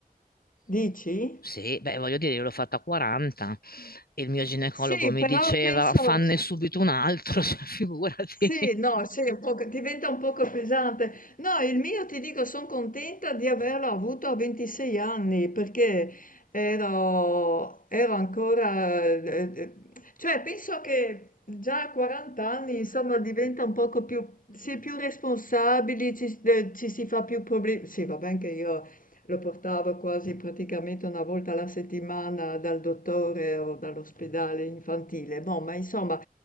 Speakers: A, on the left (about 60°); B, on the left (about 80°).
A: Dici?
B: Sì, beh, voglio dire, io l'ho fatta a 40 e il mio ginecologo
A: Sì,
B: mi
A: però
B: diceva
A: penso...
B: fanne subito un altro, <laughs> cioè, figurati.
A: Sì, no, sì, è un poco diventa un poco pesante. No, il mio ti dico, sono contenta di averlo avuto a 26 anni perché ero, ero ancora, eh, eh, cioè penso che già a 40 anni, insomma, diventa un poco più, si è più responsabili, ci, eh, ci si fa più problemi. Sì, va bene che io lo portavo quasi praticamente una volta alla settimana dal dottore o dall'ospedale infantile. Boh, ma insomma,